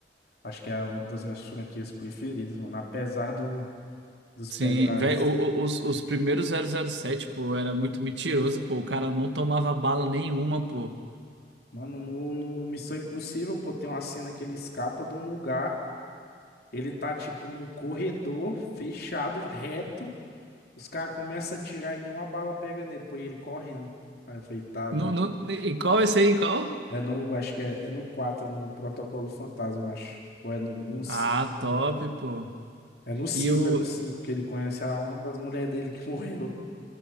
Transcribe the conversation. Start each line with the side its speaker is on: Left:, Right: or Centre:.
Left: Acho que é uma das minhas franquias preferidas, mano. Apesar do, dos
Right: Sim,
Left: pesares.
Right: velho, os, os primeiros zero zero sete pô, era muito mentiroso, pô. O cara não tomava bala nenhuma, pô.
Left: Mano, no, no Missão Impossível, pô, tem uma cena que ele escapa de um lugar. Ele tá, tipo, num corredor fechado, reto. Os caras começam a atirar e nenhuma bala pega nele, pô, e ele correndo. Aí eu falei, tá
Right: Não,
Left: bom.
Right: não, e qual esse aí? Em Qual?
Left: É no, acho que é, é no quatro é no Protocolo Fantasma, eu acho. Ou é no, no 5,
Right: Ah, top,
Left: lembro.
Right: pô.
Left: É no cinco
Right: E o.
Left: é no cinco que ele conhece a uma das mulheres dele que <laughs> morreu.